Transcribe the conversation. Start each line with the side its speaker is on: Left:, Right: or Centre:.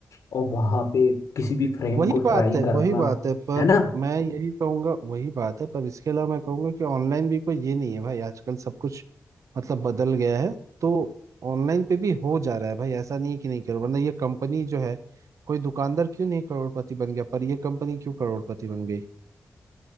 Left: और वहां पे किसी भी फ्रेम
Right: वही
Left: को
Right: बात
Left: ट्राई
Right: है
Left: करना
Right: वही बात है पर
Left: है ना
Right: मैं यही कहूंगा वही बात है पर इसके अलावा मैं कहूंगा कि ऑनलाइन भी कोई ये नहीं है भाई आजकल सब कुछ मतलब बदल गया है तो ऑनलाइन पे भी हो जा रहा है भाई ऐसा नहीं है कि नहीं करो वरना ये कंपनी जो है कोई दुकानदार क्यों नहीं करोड़पति बन गया पर ये कंपनी क्यों करोड़पति बन गई